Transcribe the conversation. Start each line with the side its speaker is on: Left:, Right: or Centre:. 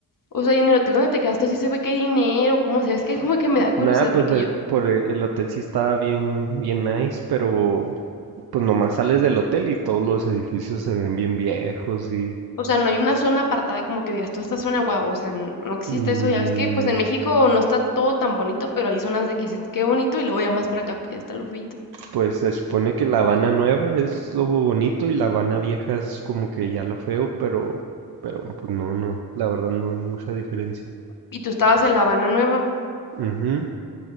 Left: O sea, y en el hotel donde te quedaste sí se ve que hay dinero, ¿cómo se ve? Es que como que me da curiosidad
Right: Nada, pues
Left: porque
Right: el,
Left: yo
Right: por el, el hotel sí estaba bien, bien nice, pero pues nomás sales del hotel y todos los edificios se ven bien viejos y...
Left: O sea, no hay una zona apartada como que digas, tú esta zona, guau, o sea, n- no existe
Right: mm,
Left: eso, ya ves que, pues en México no está todo tan bonito, pero hay zonas de que dices, qué bonito, y luego ya más para acá, pues ya está lo feito.
Right: Pues se supone que La Habana nueva es lo bonito y La Habana vieja es como que ya lo feo, pero, pero pues no, no, la verdad no hay mucha diferencia.
Left: Y tú estabas en La Habana Nueva,
Right: Ujú,